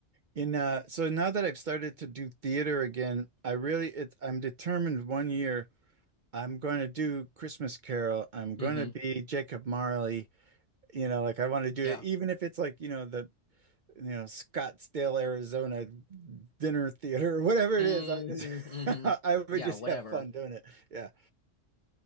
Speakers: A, on the right; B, on the left.
A: And uh so now that I've started to do theater again, I really it's I'm determined one year I'm going to do Christmas Carol. I'm going
B: hmm
A: to be Jacob Marley. You know, like I want to do
B: Yeah.
A: it, even if it's like, you know, the, you know, Scottsdale, Arizona dinner theater <laughs> or whatever
B: hmm
A: it is. I just,
B: hmm
A: <laughs> I would
B: Yeah.
A: just
B: Whatever.
A: have fun doing it. Yeah.